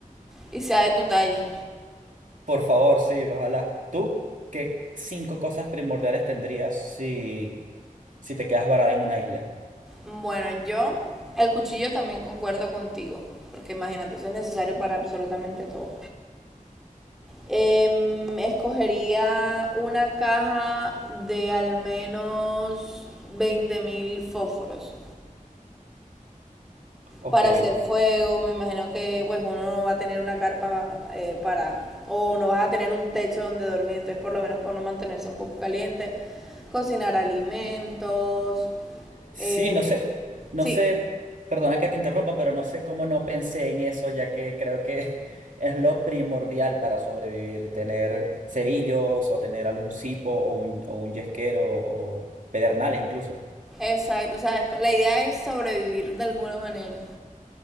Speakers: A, in the centre; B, on the right.
A: y sea de tu talla.
B: por favor, sí, ojalá. ¿Tú qué cinco cosas primordiales tendrías si, si te quedas varada en una isla?
A: Bueno, yo el cuchillo también concuerdo contigo, porque imagínate, eso es necesario para absolutamente todo. Em, escogería una caja de al menos 20.000 fósforos
B: Ok.
A: para hacer fuego. Me imagino que pues uno no va a tener una carpa eh, para o no vas a tener un techo donde dormir, entonces por lo menos para no mantenerse un poco caliente, cocinar alimentos.
B: Sí,
A: eh,
B: no sé, no
A: sí,
B: sé, perdona que te interrumpa, pero no sé cómo no pensé en eso, ya que creo que <laughs> es lo primordial para sobrevivir, tener cerillos o tener algún cipo o un, o un yesquero o pedernales incluso.
A: exacto. O sea, es la idea es sobrevivir de alguna manera.